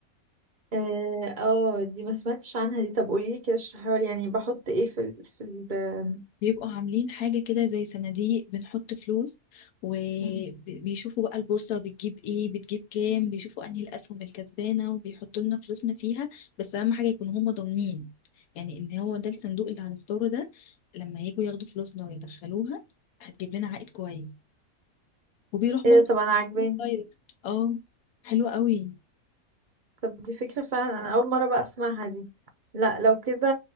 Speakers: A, on the right; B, on the left.
A: اه آه، دي ما سمعتش عنها دي طب قوليلي كده اشرحيها لي يعني بحط ايه في ال... في ال...
B: بيبقوا عاملين حاجة كده زي صناديق بنحط فلوس وبيشوفوا
A: آم،
B: بقى البورصة بتجيب ايه بتجيب كام بيشوفوا انهي الأسهم الكسبانة وبيحطوا لنا فلوسنا فيها بس أهم حاجة يكونوا هم ضامنين يعني ان هو ده الصندوق اللي هنختاره ده لما يجوا ياخدوا فلوسنا ويدخلوها هتجيب لنا عائد كويس وبيروح
A: ايه
B: برضه
A: ده طب
B: <laughs>
A: انا عاجباني
B: دايركت اه حلوة قوي
A: طب دي فكرة فعلا أنا أول مرة بقى أسمعها دي لا لو كده